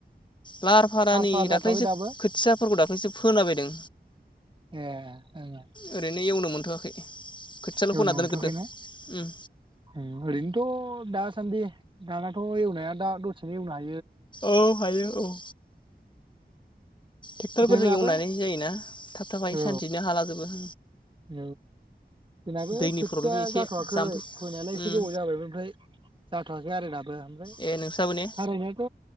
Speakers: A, on the left; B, on the right.
A: लाहार फाहारा नै
B: फाहार जाथ'वाखै
A: दाख्लैसो
B: दाबो
A: खोथियाफोरखौ दाख्लैसो फोलाबायदों
B: ए ओं
A: ओरैनो एवनो मोनथ'वाखै। खोथियाल'
B: एवनो
A: फोना
B: मोनथ'वाखैना
A: दोनग्रोदों। उम
B: उम ओरैनोथ' थ' दासान्दि दानाथ' एवनाया दा दसेनो एवनो हा
A: औ हायो औ। ट्रेक्ट'रफोरजों
B: जोंनाबो
A: एवनानै जायोना थाब-थाब हायो
B: औ
A: सानसेनो हालाजोबो।
B: औ जोंनाबो
A: दैनि
B: खोथिया
A: प्रब्लेम एसे
B: जाथ'वाखै
A: जाम्फै
B: फोनायालाय एसे
A: उम
B: गोबाव जाबाय ओमफ्राय जा थ'याखै आरो ना। हा ओमफ्राय
A: ए नोंस्राबो ने
B: थारैनयाथ'